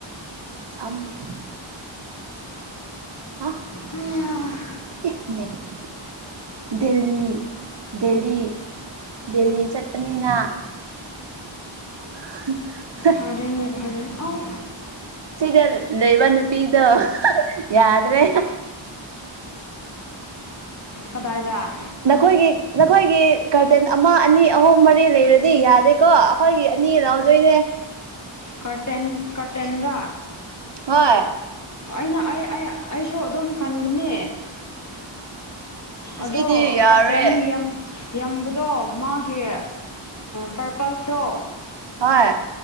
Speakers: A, on the right (about 60°); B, on the left (about 35°).
A: ꯁꯝꯃꯦ ꯑ
B: ꯍꯩꯌꯥ
A: <inaudible> ꯗꯦꯜꯂꯤ ꯗꯦꯜꯂꯤ ꯗꯦꯜꯂꯤ ꯆꯠꯄꯅꯤꯅ ꯎ <inaudible>
B: ꯐꯔꯦꯅꯦ ꯐꯔꯦ ꯑꯥꯎ
A: ꯁꯤꯒꯜ ꯂꯩꯩꯕ ꯅꯨꯄꯤꯤꯗꯨꯣ ꯌꯥꯗ꯭ꯔꯦ
B: ꯀꯗꯥꯏꯗ
A: ꯅꯈꯣꯏꯒꯤ ꯅꯈꯣꯏꯒꯤ ꯀꯒꯥꯔꯇꯦꯟ ꯑꯃ ꯑꯅꯤ ꯑꯍꯨꯝ ꯃꯔꯤ ꯂꯩꯔꯗꯤ ꯌꯥꯗꯦꯀꯣ ꯑꯩꯈꯣꯏꯒꯤ ꯑꯅꯤꯒ ꯂꯧꯥꯎꯗꯣꯏꯅꯦ
B: ꯀꯇ ꯀꯇꯦꯟ꯭ꯔꯥ
A: ꯍꯣꯏ
B: ꯑꯩꯅ ꯑꯩ ꯑꯩꯁꯨ ꯑꯗꯨꯝ ꯈꯟꯕꯅꯦ
A: ꯑꯁꯤꯗꯤ
B: ꯑꯗꯣ
A: ꯌꯥꯔꯣꯏ
B: ꯀꯔꯇꯦꯟ ꯌꯥꯝ ꯌꯥꯝꯝꯕꯗꯣ ꯃꯥꯒꯤ ꯄꯔꯄꯁꯇꯣ
A: ꯍꯣꯏ